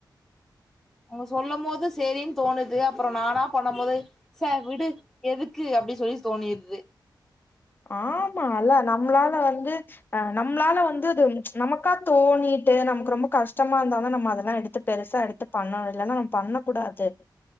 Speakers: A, in the centre; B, on the left (about 25°).
A: அவுங்க சொல்லு போது சேரின் தோணுது அப்றோ நானா பண்ணோபோது ச விடு எதுக்கு அப்டி சொல்லி தோணிற்து
B: ஆமா ல்ல நம்மளால வந்து அ நம்மளால வந்து அது நமக்கா தோணிட்டு நமக்கு ரொம்ப கஷ்டமா இருந்தா தா நம்ம அதெல்லா எடுத்து பெருசா எடுத்து பண்ணணு இல்லன்னா நம்ம பண்ண கூடாது